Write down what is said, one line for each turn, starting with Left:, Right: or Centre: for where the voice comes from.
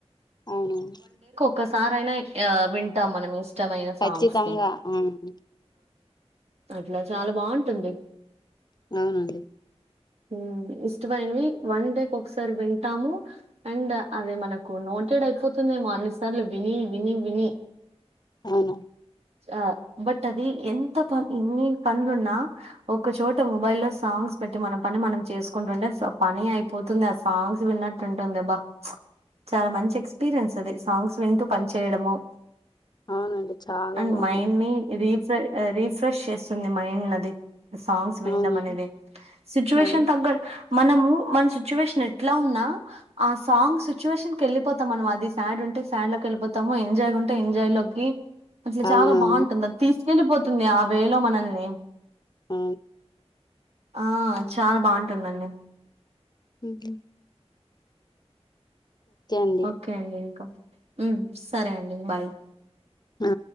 Left: అవునవును
Right: ఒకసారి అయినా వింటాం మనం ఇష్టమైన
Left: ఖచ్చితంగా
Right: సాంగ్స్ ని
Left: అవును
Right: అట్లా చాలా బాగుంటుంది
Left: అవునండి
Right: ఊ ఇష్టమైనవి వన్ డే ఒకసారి వింటాము అండ్ అది మనకు నోటెడ్ అయిపో ఐపోతుందేమో అన్నిసార్లు విని విని విని
Left: అవునా
Right: ఆ బట్ అది ఎంత ప ఎన్ని పనులున్నా ఒక చోట మొబైల్ లో సౌండ్ పెట్టి మన పని మనం చేసుకుంటుండే పని అయిపోతుంది ఆ సాంగ్స్ విన్నట్టు ఉంటుంది అబ్బా చాలా మంచి ఎక్స్పీరియన్స్ అది సాంగ్స్ వింటూ పని చేేయడము
Left: అవునండి చాలా
Right: అ
Left: బాగుంది
Right: మైన్ ని రి రిఫ్రెష్ చేస్తుంది మైండ్ నది సాంగ్స్ విండం
Left: అవునండి
Right: అనేది సిచ్యుయేషన్
Left: అవును
Right: తగ్గట్ మనము మన సిచ్యువేషన్ ఎట్లా ఉన్నా ఆ సాంగ్ సిచ్యువేషన్ కి వెళ్ళిపో మనం అది సాడ్ ఉంటే సాడ్ లోకి వెళిపోతాము ఎంజాయ్ ఉంటే ఎంజాయ్ లోకి అసలు
Left: అవునవును
Right: చాలా బాగుంటుంది అది తీసుకెళ్ళలిపోతుంది ఆ వేలో మనల్ని
Left: ఆ
Right: ఆ చాలా బాగుంటుందండి
Left: ఉహు అండి
Right: ఓకే అండి ఇంకా ఉ సరే అండి బాయ్
Left: ఆ